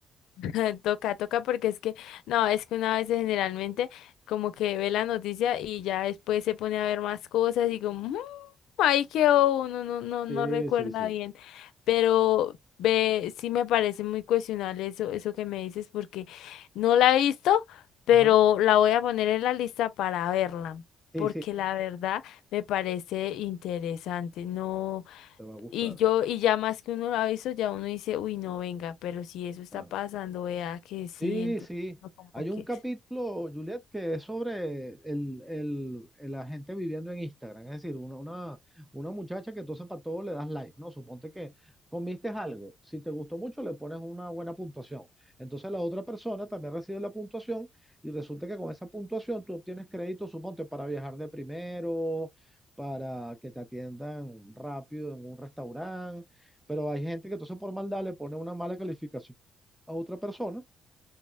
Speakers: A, on the left (about 85°); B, in the centre.
A: <laughs> Toca, toca porque es que, no, es que una vez generalmente como que ve la noticia y ya después se pone a ver más cosas y como, "Mm, ahí quedó uno, no, no,
B: Sí,
A: no recuerda
B: sí, sí.
A: bien. Pero ve, sí me parece muy cuestionable eso, eso que me dices porque no la he visto, pero
B: Ajá.
A: la voy a poner en la lista para verla,
B: Sí,
A: porque
B: sí,
A: la verdad me parece interesante. No.
B: te va a gustar.
A: Y yo, y ya más que uno lo ha visto, ya uno dice, uy, no, venga, pero si eso está
B: claro.
A: pasando, vea que sí,
B: Sí,
A: entonces
B: sí.
A: uno como
B: Hay un
A: que,
B: capítulo, Juliet, que es sobre el, el- el- la gente viviendo en Instagram. Es decir, una, una, una muchacha que entonces para todo le das like, ¿no? Suponte que comiste algo. Si te gustó mucho, le pones una buena puntuación. Entonces la otra persona también recibe la puntuación y resulta que con esa puntuación tú obtienes crédito, suponte, para viajar de primero, para que te atiendan rápido en un restaurante. Pero hay gente que entonces por maldad le pone una mala calificación a otra persona